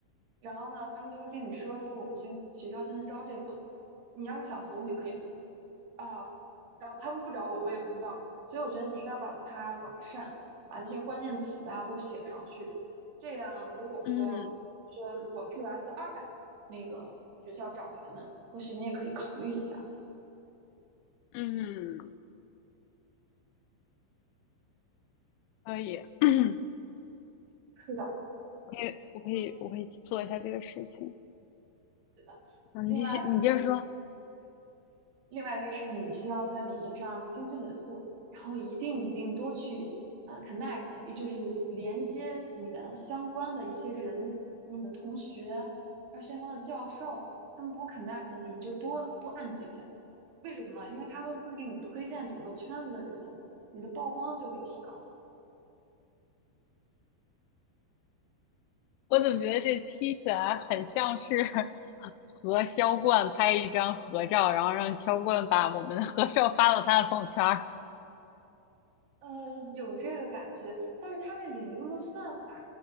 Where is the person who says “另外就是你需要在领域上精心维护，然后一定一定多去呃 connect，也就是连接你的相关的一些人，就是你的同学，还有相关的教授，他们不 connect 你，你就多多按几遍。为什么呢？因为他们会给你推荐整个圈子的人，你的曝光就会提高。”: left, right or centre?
Right